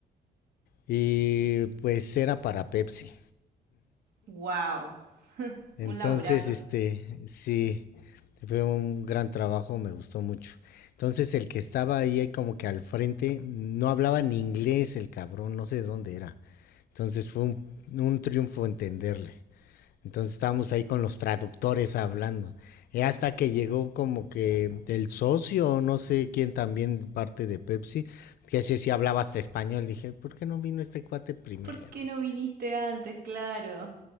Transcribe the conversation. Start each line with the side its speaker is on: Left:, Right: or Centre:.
Left: Y pues era para Pepsi.
Right: Wow,
Left: Entonces,
Right: un laburazo.
Left: este, sí, fue un gran trabajo, me gustó mucho. Entonces el que estaba ahí ahí como que al frente no hablaba ni inglés el cabrón, no sé de dónde era. Entonces fue un, un triunfo entenderle. Entonces estábamos ahí con los traductores hablando. Y hasta que llegó como que el socio, no sé quién también parte de Pepsi, que así sí hablaba hasta español. Dije, ¿por qué no vino este cuate primero?
Right: ¿Por qué no viniste antes? Claro.